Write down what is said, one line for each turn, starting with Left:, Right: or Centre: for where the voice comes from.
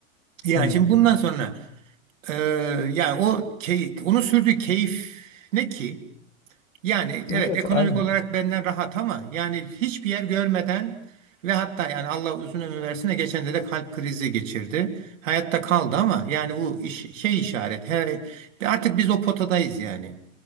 Right: Yani
Left: Hmm.
Right: şimdi bundan sonra e, yani o key, onu sürdüğü keyif ne ki? Yani evet
Left: Evet
Right: ekonomik
Left: aynen.
Right: olarak benden rahat ama yani hiçbir yer görmeden ve hatta yani Allah uzun ömür versin de geçen de de kalp krizi geçirdi. Hayatta kaldı ama yani bu iş, şey işaret. Her, artık biz o potadayız yani.